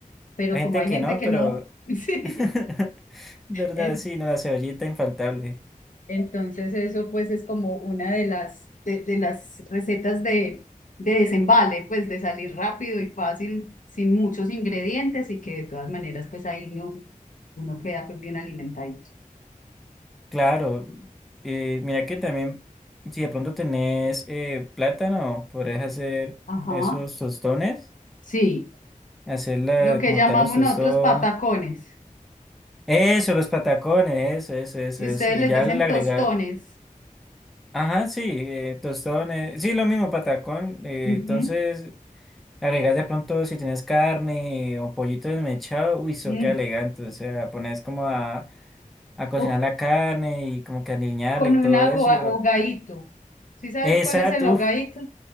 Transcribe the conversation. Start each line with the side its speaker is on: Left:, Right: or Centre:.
Left: pero
Centre: Hay
Left: como
Centre: gente
Left: hay
Centre: que
Left: gente
Centre: no,
Left: que
Centre: pero...
Left: no, <laughs> sí.
Centre: <laughs> ¿Verdad?
Left: En-
Centre: Sí, no, la cebollita infaltable.
Left: Entonces eso pues es como una de las, de, de las recetas de, de desembale, pues de salir rápido y fácil, sin muchos ingredientes y que de todas maneras pues ahí no, uno queda pues bien alimentadito.
Centre: Claro. eh, mira que también, si de pronto tenés eh, plátano, podrías hacer
Left: Ajá,
Centre: esos tostones,
Left: sí,
Centre: hacer la
Left: lo que
Centre: como
Left: llamamos
Centre: tal los tostones.
Left: nosotros patacones.
Centre: Eso, los patacones, eso, eso, eso,
Left: Y
Centre: eso.
Left: ustedes
Centre: Y
Left: les
Centre: ya
Left: dicen
Centre: le agregar,
Left: tostones.
Centre: ajá, sí, eh, tostones, sí, lo mismo, patacón. eh,
Left: Ujú,
Centre: entonces, agregas de pronto si tienes carne o pollito desmechado, uy, eso
Left: mm,
Centre: queda elegante. O sea, pones como a a cocinar
Left: O
Centre: la carne y como que alinearla
Left: con
Centre: y
Left: un
Centre: todo
Left: agua-
Centre: eso. y yo-
Left: hogadito. ¿Sí sabes
Centre: exacto,
Left: cuál es el hogadito?
Centre: uf,